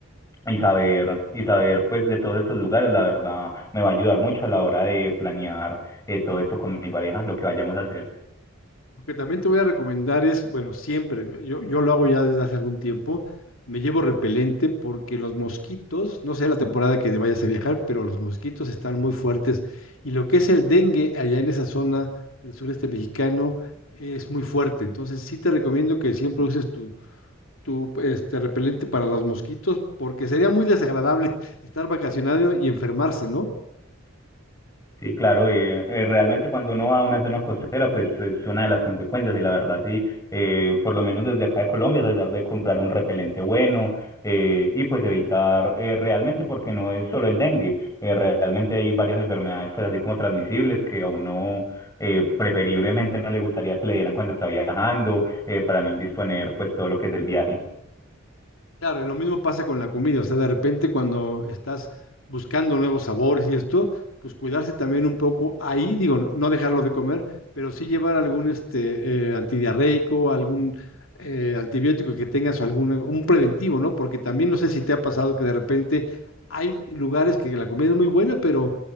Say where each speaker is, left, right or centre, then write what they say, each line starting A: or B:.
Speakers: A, on the left (about 15°); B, on the left (about 75°).
A: y saber, y saber pues de todos estos lugares, la verdad, me va a ayudar mucho a la hora de planear eh, todo esto con mi pareja, lo que vayamos a hacer.
B: Lo que también te voy a recomendar es, bueno, siempre, yo, yo lo hago ya desde hace algún tiempo, me llevo repelente porque los mosquitos, no sé la temporada que vayas a viajar, pero los mosquitos están muy fuertes y lo que es el dengue allá en esa zona del sureste mexicano es muy fuerte. Entonces sí te recomiendo que siempre uses tu, tu este, repelente para los mosquitos porque sería muy desagradable <laughs> estar vacacionado y enfermarse, ¿no?
A: Sí, claro, eh, eh, realmente cuando uno va a una zona costera, pues es una de las consecuencias y la verdad sí, eh, por lo menos desde acá de Colombia, tratar de comprar un repelente bueno eh, y pues evitar eh, realmente, porque no es solo el dengue, eh, realmente hay varias enfermedades pues así como transmisibles que a uno eh, preferiblemente no le gustaría que le dieran cuando está viajando eh, para no indisponer pues todo lo que es el viaje.
B: Claro, y lo mismo pasa con la comida, o sea, de repente cuando estás buscando nuevos sabores y esto, pues cuidarse también un poco ahí, digo, no dejarlo de comer, pero sí llevar algún este eh, antidiarreico, algún eh, antibiótico que tengas, algún un preventivo, ¿no? Porque también no sé si te ha pasado que de repente hay lugares que la comida es muy buena, pero